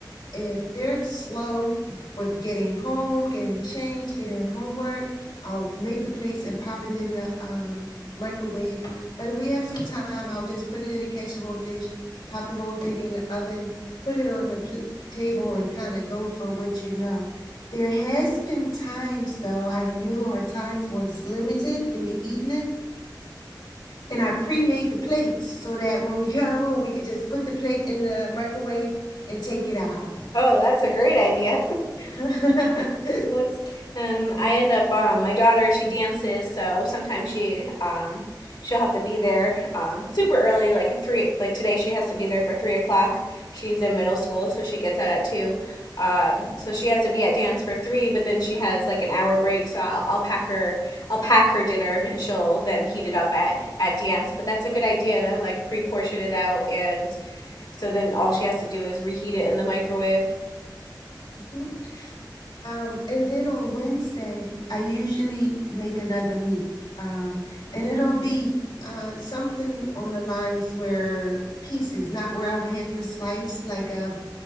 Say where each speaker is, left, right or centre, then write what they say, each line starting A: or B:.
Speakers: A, on the left; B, on the left.
A: if they're slow with getting home, getting changed, getting homework, I'll make the plates and pop it in the um, microwave. But if we have some time, I'll just put it in a casserole dish, pop the whole thing in the oven, put it on the pl- table, and kind of go for what you know. There has been times though I knew our times were limited in the evening, and I pre-made the plates so that when we <laughs> got home, we could just put the plate in the microwave and take it out.
B: Oh, that's a great idea.
A: <laughs>
B: That's and I end up um, my daughter she dances so sometimes she um she'll have to be there um super early like at three like today she has to be there for three o'clock she's in middle school so she gets out at two um so she has to be at dance for three but then she has like an hour break so I'll, I'll pack her I'll pack her dinner and she'll then heat it up at at dance but that's a good idea to like pre-portion it out and so then all she has to do is reheat it in the microwave
A: Mhm. Um, and then on Wednesday, I usually make another meat. Um, and it'll be uh, something on the lines where pieces, not where I would have to slice, like a